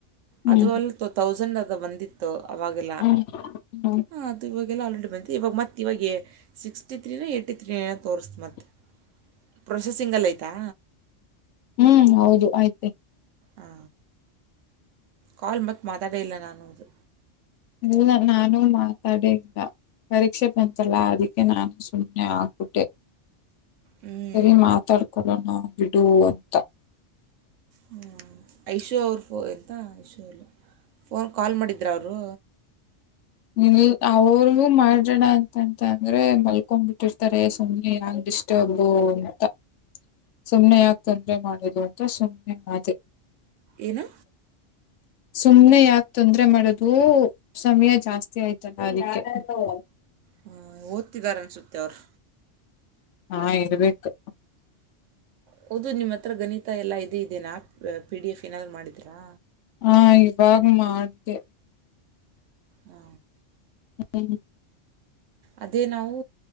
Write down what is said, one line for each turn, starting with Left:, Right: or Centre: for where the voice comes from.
Left: ಹ್ಮ್
Right: ಅದು ಅಲ್ ತೌಸಂಡ್ ಅದ ಬಂದಿತ್ತು ಅವಾಗೆಲ್ಲ
Left: ಹ್ಮ್ ಹ್ಮ್
Right: ಹಾಂ ಅದು ಇವಾಗೆಲ್ಲ ಆಲ್ರೆಡಿ ಬಂದಿದ್ದು ಇವಾಗ ಮತ್ತುತ್ತ ಇವಾಗ ಸಿಕ್ಸ್ಟಿ ತ್ರೀನ ಯಿ ತ್ರೀನ ತೋರಿಸತು ಮತ್ತು
Left: ಹಾ
Right: ಪ್ರೊಸೆಸಿಂಗ್ ಅಲ್ಲಿ ಆಯ್ತಾ
Left: ಹ್ಮ್ ಹೌದು ಆಯ್ತ
Right: ಹಾ ಕಾಲ್ ಮತ್ತೆ ಮಾತಾಡೇ ಇಲ್ಲ ನಾನು ಅದು
Left: ಇಲ್ಲ ನಾನು ಮಾತಾಡ ಇಲ್ಲ ಪರೀಕ್ಷೆ ಬಂತಲ್ಲ ಅದಕ್ಕೆ ನಾನು ಸುಮ್ಮ್ನೆ ಆಗ್ಬಿಟ್ಟೆ
Right: ಹ್ಮ್
Left: ಸರಿ ಮಾತಾಡ್ಕೊಳ್ಳೋಣ ನಾ ಬಿಡು ಅಂತ
Right: ಹ್ಞ ಐಶೋ ಅವರು ಫೋ ಎಂತ ಐಶೋಲ್ಲಿ ಫೋನ್ ಕಾಲ್ ಮಾಡಿದ್ರ ಅವರು
Left: ಇಲ್ ಅವ್ರಿಗೂ ಮಾಡ್ರೋಣ ಅಂತಂತ ಅಂದ್ರೆ ಮಲ್ಕೊಂಡ್ ಬಿಟ್ಟಿರ್ತಾರೆ ಸುಮ್ಮ್ನೆ ಯಾಕ್ ಡಿಸ್ಟ್ ಡಿಸ್ಟರ್ಬೋ ಅಂತಾ ಸುಮ್ನೆ ಯಾಕ ತೊಂದರೆ ಮಾಡದು ಅಂತ ಸುಮ್ನೆ ಆದೆ
Right: ಏನು
Left: ಸುಮ್ನೆ ಯಾಕ ತೊಂದ್ರೆ ಮಾಡದು ಸಮಯ ಜಾಸ್ತಿ ಅದ್ಕೆ <unintelligible>
Right: ಹ ಓದ್ತಿದ್ದಾರೆ ಅನ್ಸುತ್ತೆ ಅವ್ರು
Left: ಹಾ ಇರ್ಬೇಕು
Right: ಹೌದು ನಿಮ್ಮ ಹತ್ರ ಗಣಿತ ಎಲ್ಲ ಇದ ಇದೆನಾ ಪಿ ಡಿ ಎಫ್ ಏನಾದರೂ ಮಾಡಿದೀರಾ
Left: ಹಾ ಇವಾಗ ಮಾಡ್ದೆ
Right: ಹಾ
Left: ಹ್ಮ್
Right: ಅದೇ ನಾವು